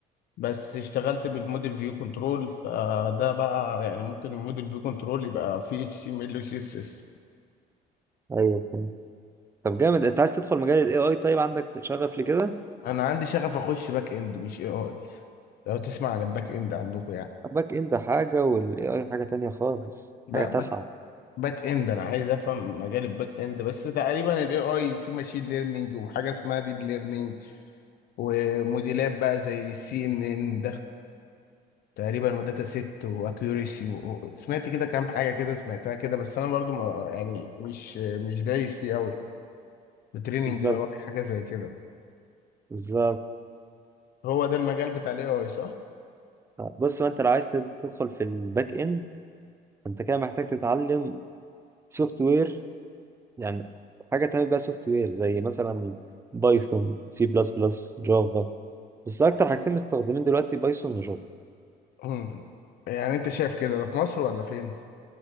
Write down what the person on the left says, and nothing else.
بس اشتغلت بالموديل فيو كنترول فده بقى يعني ممكن الموديل فيو كنترول يبقى فيه اتش تي ام ال وسي اس اس
انا عندي شغف اخش باك اند مش اي اي لو تسمع عن الباك اند عندكم يعني
لا
باك باك اند انا عايز افهم مجال الباك اند بس تقريبا الاي اي في ماشين ليرنينج وحاجه اسمها ديب ليرنينج وموديلات بقى زي السي ان ان تقريبا وداتا ست واكيوريسي و... و- سمعت كده كام حاجه كده سمعتها كده بس انا برضو ما يعني مش مش دايس فيه قوي بتريننج
اي حاجه زي كده
هو ده المجال بتاع الاي اي صح
مم. يعني انت شايف كده ده في مصر ولا فين